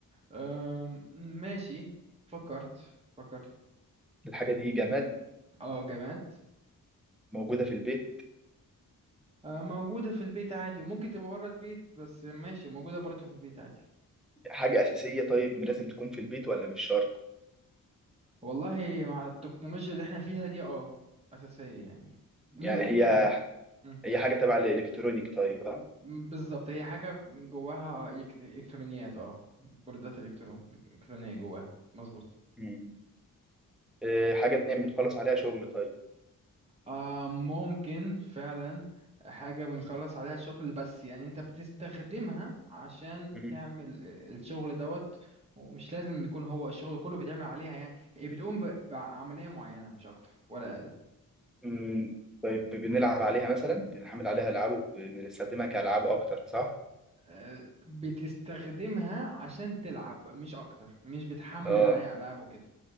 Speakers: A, on the right; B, in the centre.
A: أم، ماشي فكرت فكرت
B: الحاجه دي جماد
A: اه جماد
B: موجوده في البيت
A: آه، موجودة في البيت عادي وممكن تبقى بره البيت بس ماشي موجودة برضه في البيت عادي
B: حاجه اساسيه طيب لازم تكون في البيت ولا مش شرط
A: والله مع التكنولوجيا اللي احنا فيها دي اه أساسية يعني ممكن
B: يعني هي
A: مم.
B: هي حاجه تبع الالكترونيك طيب ها
A: م- بالظبط هي حاجة جواها إلكت- إلكترونيات اه بوردات إلكترون إلكترونية جواها مظبوط
B: مم. إيه، حاجه بنعمل بنخلص عليها شغل طيب
A: آه ممكن فعلا حاجة بنخلص عليها الشغل بس يعني انت بتستخدمها عشان
B: مم.
A: تعمل ال- الشغل دوت ومش لازم يكون هو الشغل كله بيتعمل عليها يعني هي بتقوم ب- بعملية معينة مش أكتر ولا أقل
B: مم. طيب بنلعب عليها مثلا بنحمل عليها العاب وبنستخدمها كالعاب اكتر صح
A: آه، بتستخدمها عشان تلعب مش أكتر مش بتحمل
B: اه
A: عليها ألعاب وكده